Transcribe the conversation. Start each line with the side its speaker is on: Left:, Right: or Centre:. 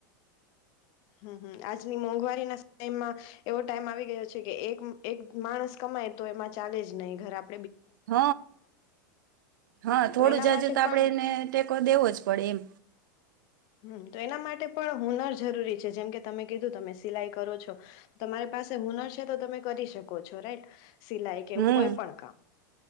Left: હમ હમ આજની મોંઘવારી ના ટઇમાં એવો ટાઈમ આવી ગયો છે કે એક એક માણસ કમાય તો એમાં ચાલે જ નહીં ઘર આ
Right: હ હા થોડું
Left: તો એના
Right: જાજુ
Left: માટે
Right: તો આપડે
Left: પણ
Right: એને ટેકો દેવો જ પડે એમ
Left: હમ તો એના માટે પણ હુનર જરૂરી છે. જેમ કે તમે કીધું તમે સિલાઈ કરો છો તમારી પાસે હુનર છે તો તમે કરી શકો છો રાઈટ સિલાઈ કે એવું
Right: હમ
Left: કોઈ પણ કામ